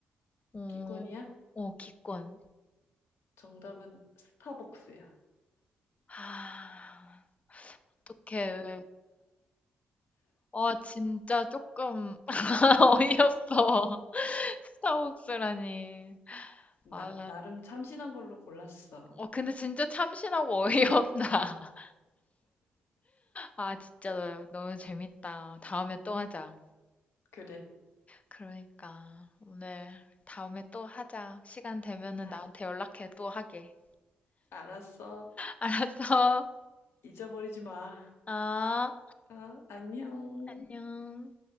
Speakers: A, on the left (about 30°); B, on the left (about 70°).
A: 어,
B: 기권이야?
A: 어, 기권.
B: 정답은 스타벅스야.
A: 아, 어떡해. 와, 진짜 조금 <laughs> 어이없어. <laughs> 스타벅스라니.
B: 나,
A: 아,
B: 나름 참신한 걸로 골랐어.
A: 어, 근데 진짜 참신하고 어이없다. <laughs> 아, 진짜 너- 너무 재밌다. 다음에 또 하자.
B: 그래.
A: 그러니까, 오늘 다음에 또 하자. 시간 되면은
B: 아,
A: 나한테 연락해, 또 하게.
B: 알았어.
A: <laughs> 알았어.
B: 잊어버리지 마.
A: 아,
B: 아, 안녕.
A: 안녕.